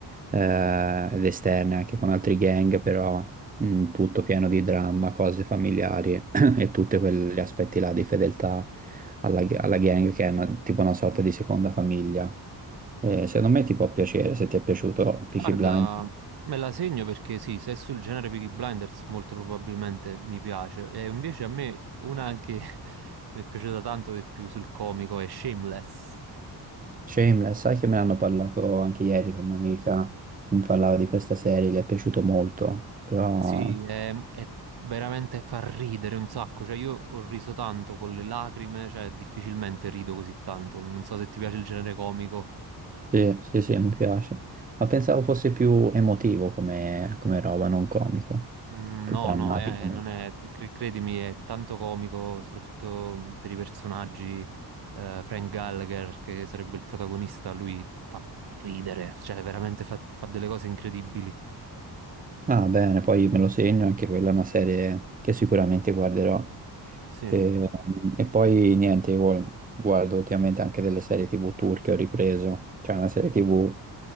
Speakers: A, on the right (about 20°); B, on the right (about 65°).
A: eh, ed esterne anche con altri gang, però mh, tutto pieno di dramma, cose familiari <clears throat> e tutti quegli aspetti là di fedeltà alla, alla gang che è una- tipo una sorta di seconda famiglia. Eh, secondo me ti può piacere, se ti è piaciuto Peaky
B: Guarda,
A: Blinders.
B: me la segno perché sì, se è sul genere Peaky Blinders molto probabilmente mi piace. E invece a me una che <laughs> mi è piaciuta tanto di più sul comico è Shameless.
A: Shameless, sai che me l'hanno parlato anche ieri con un'amica, mi parlava di questa serie, le è piaciuto molto, però
B: Sì, è, è veramente fa ridere un sacco. Cioè, io ho riso tanto con le lacrime, cioè difficilmente rido così tanto. Non so se ti piace il genere comico.
A: sì, sì, sì, mi piace. Ma pensavo fosse più emotivo come, come roba, non comico,
B: Mm,
A: più
B: No,
A: drammatico.
B: no, eh, non è, ti- cre- credimi, è tanto comico, soprattutto mm, per i personaggi. eh, Frank Gallagher, che sarebbe il protagonista, lui fa ridere, cioè veramente fa, fa delle cose incredibili.
A: Ah, bene, poi me lo segno, anche quella è una serie che sicuramente guarderò.
B: Sì,
A: E, e poi niente, io guardo ultimamente anche delle serie TV turche, ho ripreso, c'è una serie TV